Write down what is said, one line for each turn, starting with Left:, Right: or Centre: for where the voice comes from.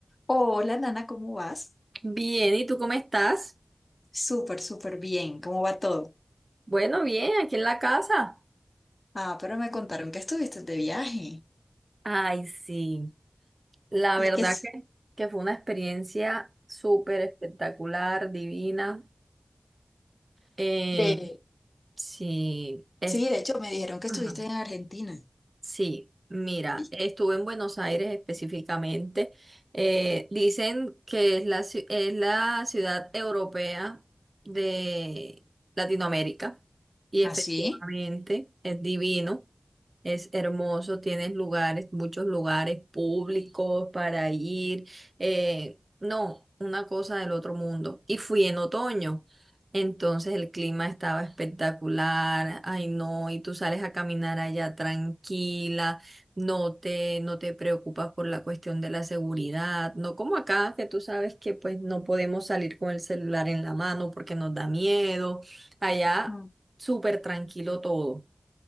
Left: Hola, Nana, ¿cómo vas?
Right: Bien, ¿y tú cómo estás?
Left: Súper, súper bien. ¿Cómo va todo?
Right: Bueno, bien, aquí en la casa.
Left: Ah, pero me contaron que estuviste de viaje
Right: Ay, sí. La
Left: y
Right: verdad
Left: que es
Right: que, que fue una experiencia súper espectacular, divina. Eh,
Left: de...
Right: sí, es,
Left: Sí, de hecho me dijeron que
Right: ajá.
Left: estuviste en Argentina.
Right: Sí, mira,
Left: ¿Y?
Right: estuve en Buenos Aires específicamente. Eh, dicen que es la, ci- es la ciudad europea de Latinoamérica y
Left: ¿Ah,
Right: efectivamente
Left: sí?
Right: es divino, es hermoso, tienes lugares, muchos lugares públicos para ir. eh, no, una cosa del otro mundo. Y fui en otoño. Entonces el clima estaba espectacular, ay no, y tú sales a caminar allá tranquila, no te, no te preocupas por la cuestión de la seguridad, no como acá que tú sabes que pues no podemos salir con el celular en la mano porque nos da miedo, allá
Left: Mm.
Right: súper tranquilo todo.